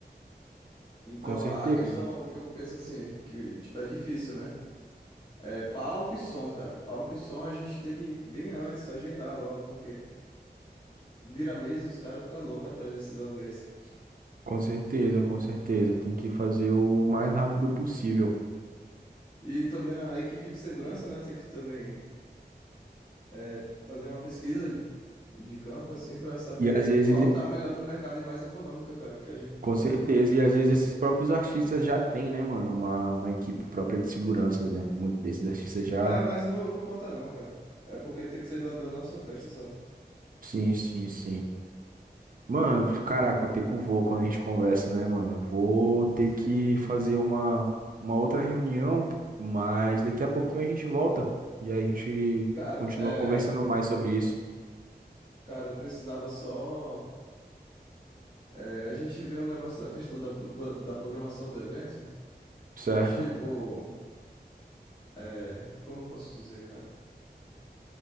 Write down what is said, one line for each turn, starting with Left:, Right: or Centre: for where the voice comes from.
Left: Então,
Right: Com certeza,
Left: a questão que eu penso assim, que, tipo, é difícil, né? É palco e som, cara. Palco e som a gente tem que ir bem antes, agendar logo, porque vira mês e os caras ficam loucos atrás desses aluguéis.
Right: com certeza, com certeza. Tem que fazer o mais rápido possível.
Left: E também a equipe de segurança, né, tem que também é, fazer uma pesquisa de, de campo, assim, pra saber
Right: E às vezes
Left: qual que tá melhor no mercado e mais econômica, cara, que a gente
Right: Com
Left: tá
Right: certeza,
Left: pra...
Right: e às vezes esses próprios artistas já têm, né, mano, uma, uma equipe própria de segurança, né? Muitos desses artistas já.
Left: É, mas não, não conta não, cara. É porque tem que ser da, da nossa festa, sabe?
Right: Sim, sim, sim. Mano, caraca, o tempo voa quando a gente conversa, né, mano? Vou ter
Left: Sim.
Right: que fazer uma, uma outra reunião, mas daqui a pouquinho a gente volta e aí a gente
Left: Cara,
Right: continua
Left: é...
Right: conversando mais sobre isso,
Left: Cara, eu precisava só... é, a gente vê um negócio da questão da, do pla- da programação do evento.
Right: certo?
Left: Tipo, é, como eu posso dizer, cara?